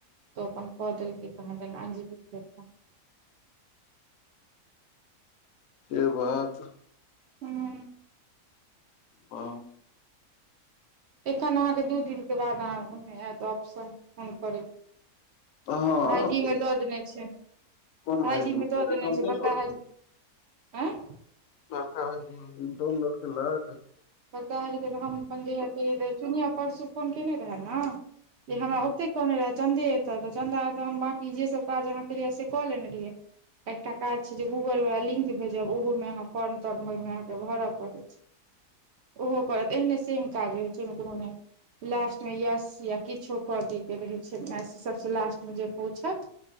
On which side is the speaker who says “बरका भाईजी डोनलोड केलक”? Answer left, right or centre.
Left